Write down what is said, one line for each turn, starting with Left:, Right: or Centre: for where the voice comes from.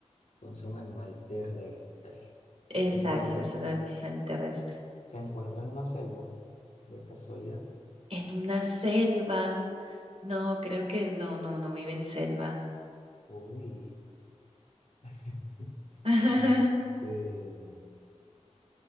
Left: entonces un animal terrestre.
Right: Exacto,
Left: Se encuentra,
Right: es un animal terrestre.
Left: se encuentra en una selva, de casualidad.
Right: En una selva. No, creo que no, no, no vive en selva.
Left: Uy, <laughs>
Right: <laughs>
Left: este,